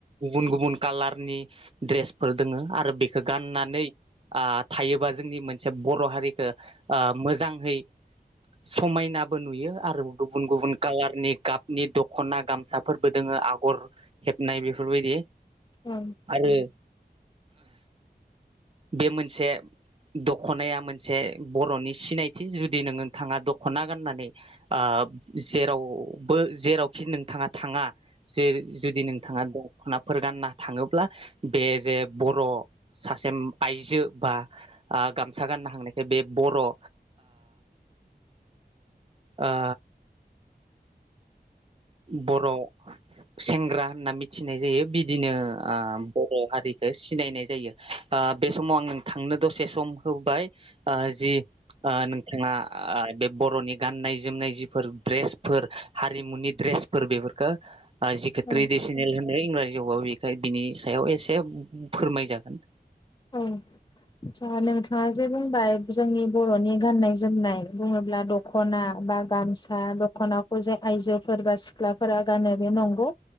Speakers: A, on the right; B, on the left.
A: गुबुन गुबुन कालारनि ड्रेसफोर दोङो आरो बे गाननानै ओ थायोबा जोंनि मोनसे बर' हारिखो ओ मोजाङै समायनाबो नुयो आरो गुबुन गुबुन कालारनि गाबनि दख'ना गामसाफोरबो दोङो आगर हेबनाय बेफोरबायदि
B: औ।
A: आरो बे मोनसे द ख'नाया मोनसे बर'नि सिनायथि जुदि नोंङोथाङा दख'ना गाननानै ओ जेरावबो जेरावखि नोंथाङा थाङा जे जुदि नोंथाङा दख'ना फोर गानना थाङोब्ला बे जे बर' सासे उम आइजो बा ओ गाम सा गाननो हांनायखाय बे बर' ओ ओ बर' सेंग्रा होनना मिथिनाय जायो बि दिनो ओ बर' हारि ओ सिनायनाय जायो ओ बे समाव आं नोंथांनो दसे सम होबाय ओ जि ओ नोंथाङा ओ बे बर'नि गाननाय जोमनाय जिफोर ड्रेसफोर हारिमुनि ड्रेसफोर बेफोरखो ओ जिखो
B: औ
A: ट्रेडिसनेल होनो इंराजि आव बेखाय बिनि सायाव एसे फोरमाय जागोन।
B: उम। आत्सा नोंथाङा जे बुंबाय जोंनि बर'नि गाननाय जोमनाय बुङोब्ला दख'ना बा गामसा दख'नाखौ जे आइजोफोर बा सिख्लाफोरा गानो बे नंगौ